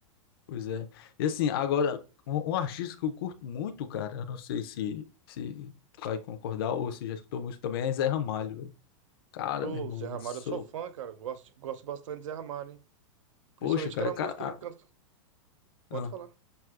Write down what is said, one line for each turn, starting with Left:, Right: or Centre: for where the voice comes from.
Left: Pois é. E assim, agora, um, um artista que eu curto muito, cara, eu não sei se, se vai concordar ou se já escutou muito também, é Zé Ramalho, velho. Cara,
Right: Ô,
Left: meu irmão,
Right: Zé Ramalho,
Left: eu sou.
Right: eu sou fã, cara. Gosto, gosto bastante de Zé Ramalho, hein? Principalmente
Left: Poxa,
Right: aquela
Left: cara,
Right: música
Left: cara.
Right: que ele canta. Pode
Left: ah,
Right: falar.